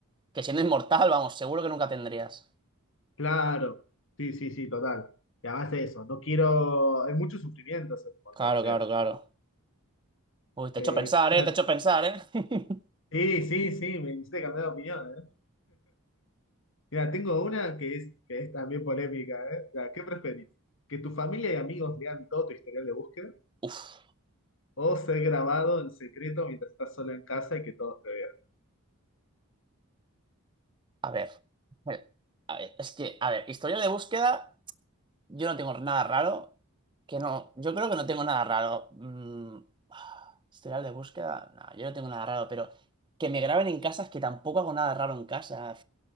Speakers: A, on the right; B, on the left.
A: Que siendo inmortal, vamos, seguro que nunca tendrías.
B: Claro, sí, sí, sí, total. Y además de eso, no quiero. Hay mucho sufrimiento ser inmortal,
A: Claro,
B: creo.
A: claro, claro. Uy, te
B: Eh,
A: he hecho pensar,
B: mira,
A: ¿eh? Te he hecho pensar, ¿eh? <laughs>
B: sí, sí, sí, me hiciste cambiar de opinión, ¿eh? Mira, tengo una que es, que es también polémica, ¿eh? Mira, ¿qué preferís? ¿Que tu familia y amigos lean todo tu historial de búsqueda?
A: Uf,
B: ¿O ser grabado en secreto mientras estás solo en casa y que todos te vean?
A: a ver. Eh, A ver, es que, a ver, historia de búsqueda, yo no tengo nada raro. Que no, yo creo que no tengo nada raro. Mm, ah, historial de búsqueda, no, yo no tengo nada raro, pero que me graben en casa es que tampoco hago nada raro en casa.